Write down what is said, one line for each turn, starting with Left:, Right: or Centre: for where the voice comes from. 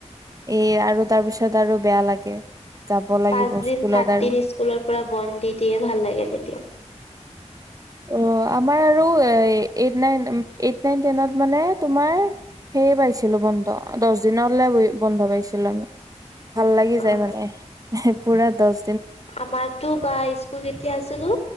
Right: এ, আৰু তাৰপিছত আৰু বেয়া লাগে। যাব লাগিব
Left: পাঁচ দিন
Right: স্কুলত
Left: সাত
Right: আৰু।
Left: দিন স্কুলৰ পৰা বন দি দিয়ে ভাল লাগে তেতিয়া।
Right: অ' আমাৰ আৰু এইট নাইন, এইট নাইন, টেনত মানে তোমাৰ সেয়ে পাইছিলোঁ বন্ধ দছ দিনলে বন্ধ পাইছিলোঁ আমি। ভাল লাগি
Left: অ
Right: যায় মানে পুৰা দছ
Left: আমাৰতো বা স্কুল যেতিয়া আছিলোঁ